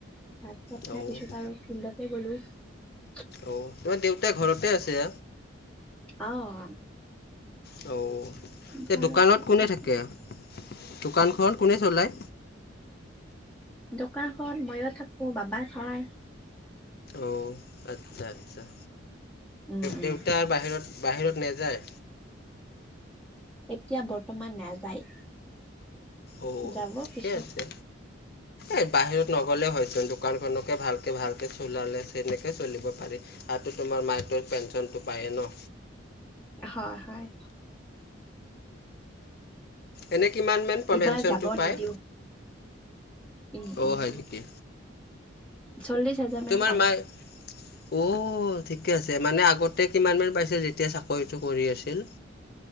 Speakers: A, in the centre; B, on the left.
A: ভাত চাত
B: অ'
A: খাই পিছত আৰু ফিল্ডত <unintelligible>
B: অ তোমাৰ দেউ তে ঘৰতে আছে।
A: অঁ,
B: অ' তে
A: ঘৰতে
B: দোকানত কোনে
A: আছে।
B: থাকে দোকানখন কোনে চলায়?
A: দোকানখন ময়ো থাকো বাবা চাই।
B: অঁ, আচ্ছা আচ্ছা।
A: উম, উম।
B: দেউতাৰ বাহিৰত। বাহিৰত নে।
A: এতিয়া বৰ্তমান নাযায়।
B: অ
A: যাব
B: ঠিকে
A: পিছত
B: আছে এই বাহিৰত নগ'লে হয়চোন দোকানখনকে ভালকে ভালকৈ চলালে তেনেকৈ চলিব পাৰি আৰুাতো তোমাৰ মায় তৰ পেঞ্চনটো পায়েই ন
A: হয় হয়
B: এনে কিমান মান
A: এইবাৰ
B: পেনশনটো
A: যাব
B: পায়?
A: নিদিও উ
B: অঁ
A: উম
B: হয় নেকি।
A: চল্লিশ হাজাৰ মান
B: তোমাৰ
A: পাই
B: মাই অঁ ঠিকে আছে। মানে আগতে কিমান মান পাইছিল যেতিয়া চাকৰিটো কৰি আছিল?